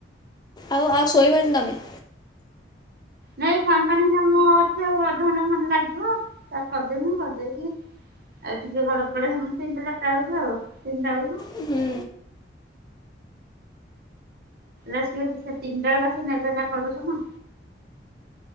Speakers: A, on the left; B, on the right.
A: ଆଉ ଆଉ ଶୋଇବନି ତମେ।
B: ନାଇଁ ଫପାନୀ ଯ ମୁ ଅଛେ ଆଉ ଅଧଘଣ୍ଟା ଖଣ୍ଡେ ଲାଗିବ ତା କରିଦେଇବି କରିଦେଇବି। ଆଉ ଟିକେ ବଡ ପଡ ହନ ତିନିଟ ଚାରିଟା ବେଳ ଆଉ ତିନିଟା ବେଳକୁ।
A: ହୁଁ
B: ଆସ ସେ ତିନିଟା ବଳକୁ ଆସି ନେବେ ନା ପାଲୁଷଣ।